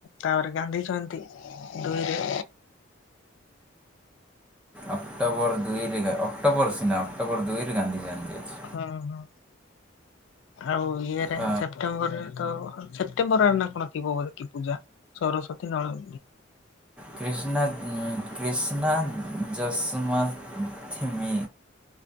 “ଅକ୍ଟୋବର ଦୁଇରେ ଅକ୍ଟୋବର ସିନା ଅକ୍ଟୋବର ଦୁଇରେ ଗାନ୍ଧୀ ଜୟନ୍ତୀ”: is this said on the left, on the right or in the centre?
Centre